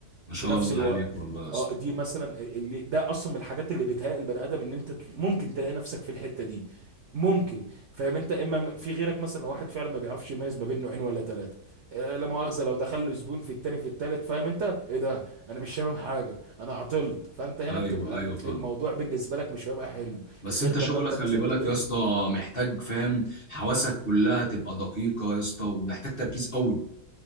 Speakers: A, on the left; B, on the right.
A: ما
B: في
A: شاء
B: نفس
A: الله
B: الوقت
A: عليك والله يا اسطى
B: اه دي مثلا اللي ده اصلا من الحاجات اللي بتهيئ البني ادم ان انت تل- ممكن تلاقي نفسك في الحته دي ممكن فاهم انت اما م- في غيرك مثلا لو واحد فعلا ما بيعرفش يميز ما بين نوعين ولا ثلاثه آه لا مؤاخذه لو دخل له زبون في التاني في التالت فاهم انت ايه ده انا مش شامم حاجه انا عطلت فانت هنا
A: ايوه
B: بتبقى
A: ايوه فاهم
B: الموضوع بالنسبه لك مش هيبقى حلو
A: بس
B: غير
A: انت
B: لما
A: شغلك
B: انت
A: خلي
B: مثلا
A: بالك
B: تبقى
A: يا
B: ايه
A: اسطى محتاج فاهم حواسك كلها تبقى دقيقة يا اسطى ومحتاج تركيز قوي